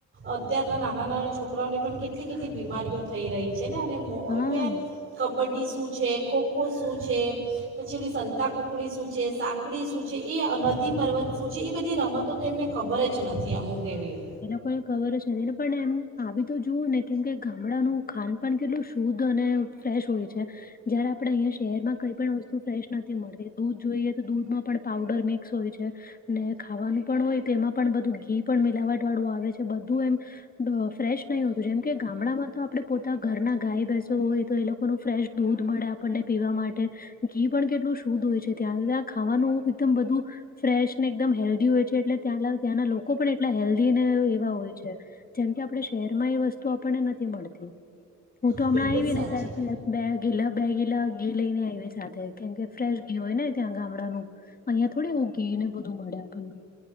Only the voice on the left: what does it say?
હા.
કો ખબર જ નથીને, પણ એમ આવી તો જોવ ને, કેમ કે ગામડાનું ખાનપ કેટલું શુદ્ધ અને ફ્રેશ હોય છે. જયારે આપણે અહીયાં શહેરમાં કઈ પણ વસ્તુ ફ્રેશ નથી મળતી, દૂધ જોઈએ તો દૂધમાં પણ પાવડર મિક્સ હોય છે. ને ખાવાનું પણ હોય તો, એમાં પણ બધું ઘી પણ મિલાવટ વાળું આવે છે, બધું એમ. ફ્રેશ નહીં હોતું જેમ કે ગામડામાં તો આપડે પોતા ઘરના ગાય ભેંસ હોય તો એ લોકોનું ફ્રેશ દૂધ મળે આપણને પીવા માટે ઘી પણ કેટલું શુદ્ધ હોય છે ત્યાં ત્યાં ખાવાનું એકદમ બધું ફ્રેશ ને એકદમ હેલ્ધી હોય છે એટલે ત્યાં ત્યાંના લોકો પણ એટલા હેલ્ધી ને એવા હોય છે. જેમ કે આપણે શહેર માં એ વસ્તુ આપણને નથી મળતી. હું તો
હમણાં આવી
ને ત્યારે બે કીલા બે કીલા ઘી લઈને આવી સાથે કેમ કે ફ્રેશ ઘી હોય ને ત્યાં ગામડાનું અહિયાં થોડી એવું ઘીને બધું મળે આપણને.